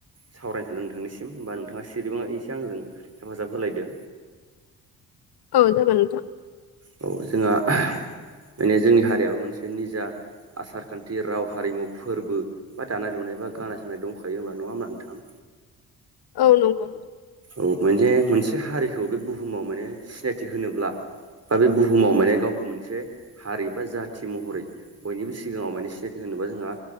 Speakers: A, on the right; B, on the left.
A: सावरायनो सानदों नोंथांनिसिम बा नोंथाङा सिरिबाङा एसे आंजों हेफाजाब होलायदो
B: औ जागोन नोंथां।
A: औ जोंहा माने जोंनि हारियाबो मोनसे निजा आसार खान्थि राव हारिमु फोरबो बा दानाय लुनाय बा गानाय जोमनाय दंखायो होमबा नङा होमबा नोंथां
B: औ नंगौ
A: औ माने मोनसे हारिखौ बे बुहुमाव माने सिनायथि होनोब्ला बा बे बुहुमाव माने गावखौ मोनसे हारि बा जाथि महरै बयनिबो सिगाङाव माने सिनायथि होनोबा जोंहा